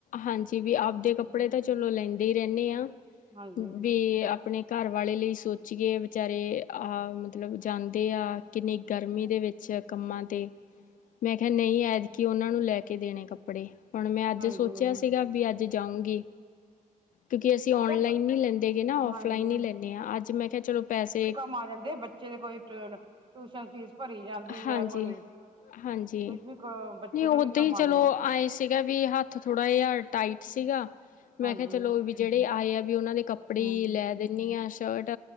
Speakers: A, on the left; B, on the right.
A: ਹਾਂਜੀ ਵੀ ਆਪਦੇ ਕੱਪੜੇ
B: ਹਮ
A: ਤਾਂ ਚਲੋ ਲੈਂਦੇ ਈ ਰੈਨੇ ਆ
B: ਹਾਂਜੀ
A: ਵੀ ਆਪਣੇ ਘਰ ਵਾਲੇ ਲਈ ਸੋਚੀਏ ਵਿਚਾਰੇ ਆ ਮਤਲਬ ਜਾਂਦੇ ਆ ਕਿੰਨੀ ਗਰਮੀ ਦੇ ਵਿੱ ਚ ਕੰਮਾਂ
B: ਹਮ
A: ਤੇ ਮੈਂ ਕਿਹਾ ਨਈ ਐਤਕੀ ਉਨਾਂ ਨੂੰ ਲੈ ਕੇ ਦੇਣੇ ਕੱਪੜੇ। ਹੁਣ ਮੈਂ ਅੱਜ
B: ਹਾਂਜੀ
A: ਸੋਚਿਆ ਸੀਗਾ ਵੀ ਅੱਜ ਜਾਉਂਗੀ ਕਿਉਂਕੀ ਅਸੀਂ ਔਨਲਾਈਨ
B: ਤੇ
A: ਨੀ ਲੈਂਦੇਗੇ ਨਾ
B: ਹਾਂਜੀ
A: ਓਫਲਾਈਨ ਈ ਲੈਂਦੇ ਆ ਅੱਜ ਮੈਂ ਕਿਹਾ ਚਲੋ ਪੈਸੇ
B: ਮਾ ਜਾਂਦੇ ਬੱ ਚੇ ਦੇ ਕੋਈ <unintelligible> ਟਿਊਸ਼ਨ ਫੀਸ ਭਰੀ ਜਾਂਦੀ
A: ਹਾਂਜੀ
B: ਆ ਕੋਈ <unintelligible>
A: ਹਾਂਜੀ
B: ਵੀ ਬੱਚੇ
A: ਨਹੀਂ
B: ਦਾ
A: ਓਦਾਂ
B: ਵੀ ਕੰਮ
A: ਹੀ ਚਲੋ
B: ਆ ਜਾਂਦਾ।
A: ਆਏ ਸੀਗਾ ਵੀ ਹੱਥ ਥੋੜਾ ਜਾ ਟਾਈਟ ਸੀਗਾ ਮੈਂ
B: ਹਾਂਜੀ
A: ਕਿਆ ਚਲੋ ਵੀ ਜੇੜੇ ਆਏ ਆ ਵੀ ਓਨਾਂ ਦੇ ਕੱਪੜੇ
B: ਹਮ
A: ਈ ਲੈ ਦੇ ਨੀ ਆ ਸ਼ਰਟ